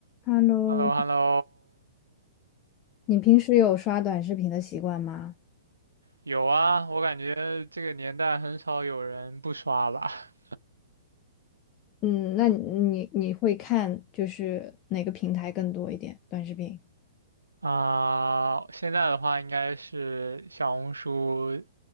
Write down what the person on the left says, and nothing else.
Hello，
你平时有刷短视频的习惯吗？
嗯，那你你会看就是哪个平台更多一点？短视频。